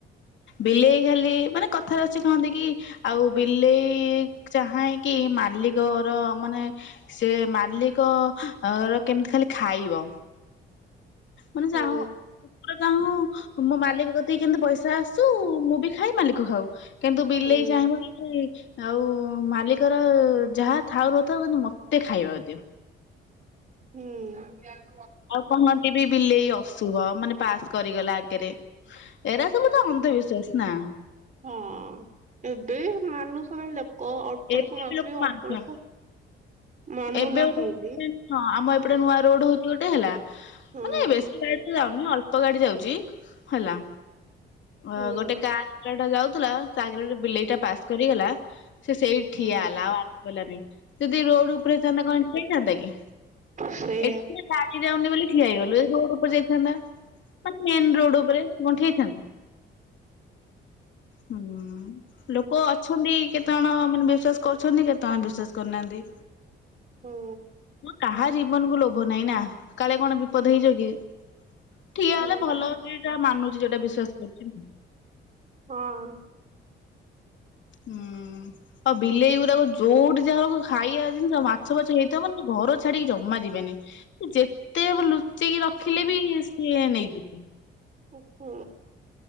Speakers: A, on the left; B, on the right.
A: ବିଲେଇ ଖାଲି ମାନେ କଥାରେ ଅଛି କହନ୍ତି କି ଆଉ ବିଲେଇ ଚାହେଁକି ମାଲିକ ର ମାନେ ସେ ମାଲିକ ର କେମିତି ଖାଲି ଖାଇବ। ମାନେ
B: ହୁଁ
A: ଚାହଁ କୁକୁର ଚାହୁଁ ମୋ ମାଲିକ କତିକି କେମିତି ପଇସା ଆସୁ ମୁଁ ବି ଖାଏ ମାଲିକ ଖାଉ। କିନ୍ତୁ ବିଲେଇ
B: ହୁଁ
A: ଚାହିଁବ କି ଆଉ ମାଲିକର ଯାହା ଥାଉ ନଥାଉ କିନ୍ତୁ ମୋତେ ଖାଇବାକୁ ଦିଅ।
B: ହୁଁ।
A: ଆଉ କହନ୍ତି ବି ବିଲେଇ ଅଶୁଭ ମାନେ ପାସ୍ କରିଗଲା ଆଗରେ। ଏରା ସବୁ ତ ଅନ୍ଧବିଶ୍ୱାସ ନା।
B: ହଁ ଏବେ ବି ମାନୁସନ୍ତି ଲୋ କ ଅଳ୍ପ
A: ଏବେ
B: ଲୋକ ମାନୁଛନ୍ତି
A: ବି
B: ଅଳ୍ପ
A: ମାନୁଛନ୍ତି।
B: ଲୋକ। ମାନୁନାହାନ୍ତି
A: ଏବେ ଗୋଟେ ହଁ ଆମ ଏପଟେ ନୂଆ ରୋଡ ହଉଛି ଗୋଟେ ହେଲା।
B: ହଁ।
A: ମାନେ ବେଶୀ ଗାଡି ତ ଯାଉନି ଅଳ୍ପ ଗାଡି ଯାଉଛି ହେଲା। ଅ
B: ହୁଁ
A: ଗୋଟେ କାର ବାଲାଟା ଯାଉଥିଲା ତା ଆଗରେ ଗୋଟେ ବିଲେଇଟା ପାସ୍ କରିଗଲା ସେ ସେଇଠି ଠିଆ
B: ହୁଁ
A: ହେଲା ଆଉ ଆସିପାରିଲାନି। ଯଦି ରୋଡ ଉପରେ ହେଇଥାନ୍ତା କଣ ହେଇଠୀ ଠିଆହେଇଥାନ୍ତା କି।
B: ସେଇଆ।
A: ଏଠି ଗାଡି ଯାଉନି ବୋଲି ଠିଆ ହେଇଗଲୁ ଏ ରୋଡ ଉପରେ ଯାଇଥାନ୍ତା। ମାନେ ମେନ ରୋଡ ଉପରେ ତୁ କଣ ଠିଆ ହେଇଥାଆନ୍ତୁ। ହୁଁ ଲୋକ ଅଛନ୍ତି କେତେ ଜଣ ମାନେ ବିଶ୍ୱାସ କରୁଛନ୍ତି କେତେ ଜଣ ବିଶ୍ୱାସ କରୁନାହାନ୍ତି।
B: ହୁଁ
A: କାହା ଜୀବନକୁ ଲୋଭ ନାହିଁ ନା କାଳେ କଣ ବିପଦ ହେଇଯିବ କି ଠିଆ
B: ହୁଁ
A: ହେଲେ ଭଲ ଯିଏ ଯାହା ମାନୁଛି ଯଉଟା ବିଶ୍ଵାସ କରୁଛି।
B: ହଁ।
A: ହୁଁ ଆଉ ବିଲେଇ ଗୁଡାକ ଯୋଉଠି ଯାହା ହବ ଖାଇବା ଜିନିଷ ମାଛ ଫାଛ ହେଇଥିବ ମାନେ ଘର ଛାଡିକି ଜମା ଯିବେନି ଯେତେ ଲୁ ଲୁଚେଇକି ରଖିଲେ ବି ସିଏ ନେଇଯିବେ।
B: ହୁଁ ହୁଁ।